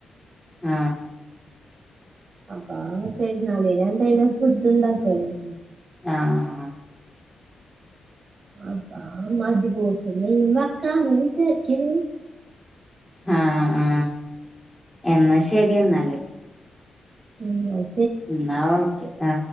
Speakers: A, in the centre; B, on the right (about 45°).
A: ആ
B: അപ്പാ പെരുന്നാളിനെ എന്തായാലും ഫുഡ് ഇണ്ടാക്കല്ലോ
A: ആ ആ
B: അപ്പ മജ് പൂസ നീ വക്കാന്ന് വിചാരിക്ക
A: ആ ആ എന്നാ ശരി എന്നാല്
B: ഉം
A: ഇന്നാ ഓക്കെ ആ